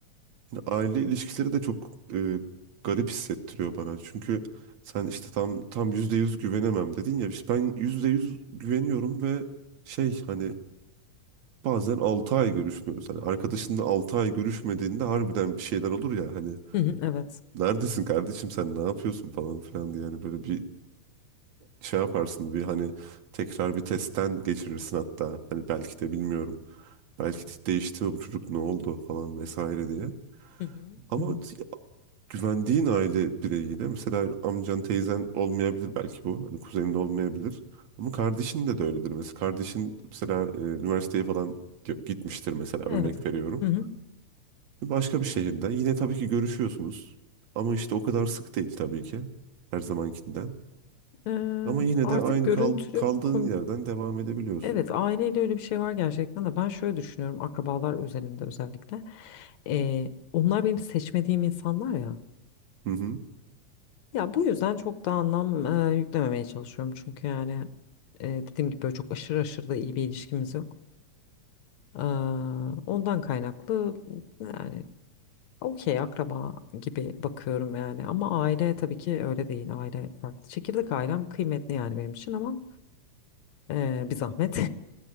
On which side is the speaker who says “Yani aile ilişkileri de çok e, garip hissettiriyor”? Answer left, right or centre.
Right